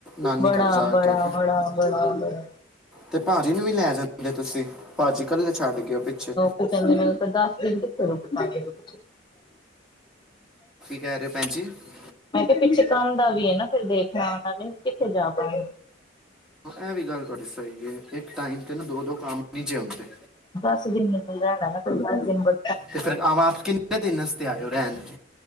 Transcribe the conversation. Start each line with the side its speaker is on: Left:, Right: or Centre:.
Centre: ਨਾਨੀ
Left: ਬੜਾ-
Centre: ਘਰ ਜਾ
Left: ਬੜਾ-
Centre: ਕੇ
Left: ਬੜਾ- ਬੜਾ -ਬੜਾ
Centre: ਤੇ ਭਾਜੀ ਨੂੰ ਵੀ ਲੈ ਜਾਂਦੇ ਤੁਸੀਂ, ਭਾਜੀ ਕੱਲੇ ਛੱਡ ਗਏ ਓ ਪਿੱਛੇ
Left: ਫਿਰ ਤੈਨੂੰ ਇਹਨਾ ਦਾ ਪਤਾ, ਦਸ ਦਿਨ ਕਿੱਥੇ ਰੁਕਣਾ ਏ <unintelligible>
Centre: ਕੀ ਕਹਿ ਰਹੇ ਹੋ ਭੈਣ ਜੀ ਹਾਂ,
Left: ਮੈਂ ਕਿਹਾ ਪਿੱਛੇ ਕੰਮ ਦਾ ਵੀ ਹੈ ਨਾ ਫੇਰ ਦੇਖਣ ਉਹਨਾਂ ਨੇ, ਕਿੱਥੇ ਜਾ ਪਾਏ
Centre: ਐਹ ਵੀ ਗੱਲ ਤੁਹਾਡੀ ਸਹੀ ਹੈ, ਇੱਕ ਟਾਈਮ ਤੇ ਦੋ -ਦੋ ਕੰਮ ਨੀ ਜਿ ਹੁੰਦੇ
Left: ਦਸ ਦਿਨ ਰਹਿਣਾ ਨਾ, ਫਿਰ ਦਸ ਦਿਨ ਬ
Centre: ਤੇ ਫੇਰ ਆਪ ਕਿੰਨੇ ਦਿਨ ਵਾਸਤੇ ਆ ਰਹੇ ਰਹਿਣ